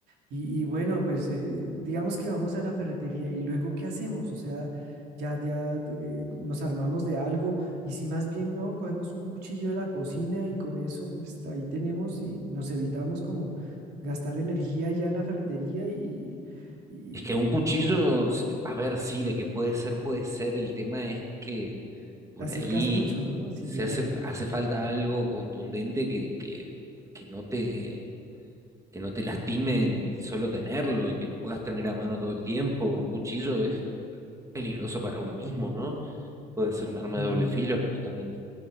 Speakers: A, on the right; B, on the right.
A: Y, y bueno, pues eh, digamos que vamos a la ferretería y luego ¿qué hacemos? O sea, ya, ya eh, nos armamos de algo y si más bien no, cogemos un cuchillo de la cocina y con eso pues, ahí tenemos y nos evitamos como gastar energía ya en la ferretería y, y
B: Es que un cuchillo, a ver, sí, de que puede ser, puede ser. El tema es que por
A: te acercas
B: ahí
A: mucho, ¿no? Si
B: se
A: llegas...
B: hace, hace falta algo contundente que, que, que no te, que no te lastime el solo tenerlo y que lo puedas tener a mano todo el tiempo. Un cuchillo es peligroso para uno mismo, ¿no? Puede ser un arma
A: Mm,
B: de doble filo, justamente.